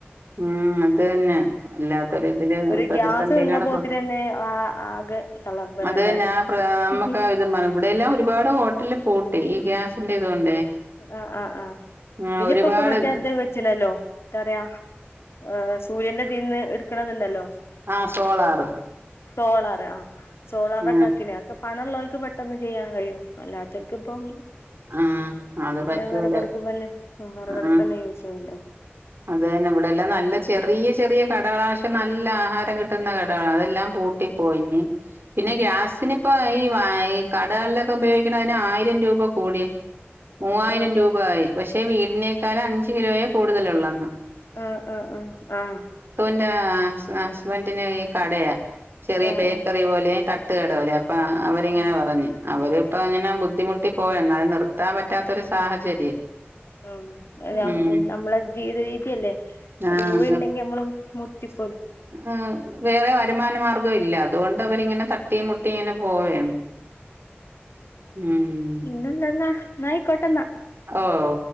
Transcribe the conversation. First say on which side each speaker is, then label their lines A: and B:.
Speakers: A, on the right; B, on the left.
A: ഉം അത് തന്നെ വല്ലാത്തൊരു ഇതില്
B: ഒരു
A: പ്രതിസന്ധിയിലാണ്
B: ഗ്യാസ് നിന്ന പോത്തിനന്നെആ
A: ഇപ്പൊ
B: ആകെ തളർന്ണ്
A: അത്
B: എല്ലാരും
A: തന്നെ ആ പ്ര നമ്മക്ക്
B: ഹ് ഹ്
A: ഇത് ഇവിടെയെല്ലാം ഒരുപാട് ഹോട്ടൽ പൂട്ടി ഈ ഗ്യാസിന്റെ ഇതുകൊണ്ടേ
B: ആഹ ആഹ് ആഹ്
A: ആ
B: പിന്നയിപ്പൊക്കെ
A: ഒരുപാട്
B: മറ്റെ- ഇത് വെച്ച്ണല്ലോ ത്താറിയാ എ സൂര്യന്റെ ഇതിന്ന് എട് നിക്ണത് ണ്ടല്ലോ
A: ആഹ് സോളാറ്
B: സോളാറ് ആ സോളാറൊക്കെആക്കിനി
A: ഉം
B: അഒക്കെ പണള്ളോൽക്ക് പെട്ടെന്ന് ചെയ്യാൻ കഴിയും അല്ലാതോൽക്ക്പ്പം
A: ആഹ് അത് പറ്റൂലോ
B: വിറകടുപ്പുമ്മന്നെ വിറകടുപ്പന്നെ
A: ആ
B: യൂസ് ചെയ്യണ്ടേ
A: അത് തന്നെ ഇവിടെല്ലാം
B: എല്ലാരും
A: നല്ല
B: ഇപ്പത്തിന്
A: ചെറിയ ചെറിയ കടകാശം നല്ല ആഹാരം കി കിട്ടുന്ന കടാ അതെല്ലാം പൂട്ടി പോയിഞ്ഞി പിന്നെ
B: ഉം
A: ഗ്യാസിന് ഇപ്പൊ ഈ വാ ഈ കടകൾലൊക്കെ ഉപയോയിക്ക്‌ണയ്ന് ആയിരം രൂപ കൂടിയെ മൂവായിരം
B: ആഹ്
A: രൂപ ആയി പക്ഷെ വീ തിനെക്കാളും അഞ്ച് കിലോയേ കൂടുതലുള്ളോന്ന്
B: ആഹ് ആ ആ ആഹ്
A: ന്റെ ആ ഹസ് ഹസ്ബന്റിന് ഈ കടയ ചെറിയ
B: ആഹ് ആഹ്
A: ബേക്കറി
B: ആഹ്
A: പോലെയും തട്ട് തേടോലേ പ അവരിങ്ങനെ
B: ഉം
A: പറഞ്ഞ് അവര് പ്പിങ്ങന ബുദ്ധിമുട്ടി പോയ് എന്നാലും നിർത്താൻ പറ്റാത്തൊരു സാഹചര്യം
B: ആം <unintelligible>
A: ഉം
B: നമ്മളെ ജീവിത രീതിയല്ലേ
A: ആഹ്
B: അത് പോയി ഇണ്ടെങ്കി നമ്മളും മുട്ടിപോവുലേ
A: ആ വേറെ വരുമാനമാർഗ്ഗം ഇല്ല അതുകൊണ്ട് അവരിങ്ങനെ തട്ടിം മുട്ടിം ഇങ്ങനെ പോവേണ് ഉം
B: ഇന്നൊന്നെന്ന ന്ന ആയികൊട്ടെന്ന
A: ഓഹ്